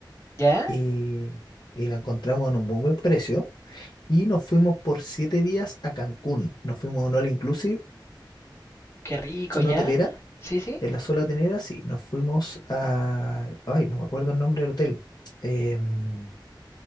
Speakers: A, on the left; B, on the left.
A: ¿Ya?
B: y, y la encontramos en un muy buen precio. Y nos fuimos por siete días a Cancún. Nos fuimos a un all inclusive
A: Qué rico,
B: zona
A: ¿ya?
B: hotelera,
A: ¿Sí, sí?
B: en la zona hotelera, sí, nos fuimos a, ay, no me acuerdo el nombre del hotel. Em,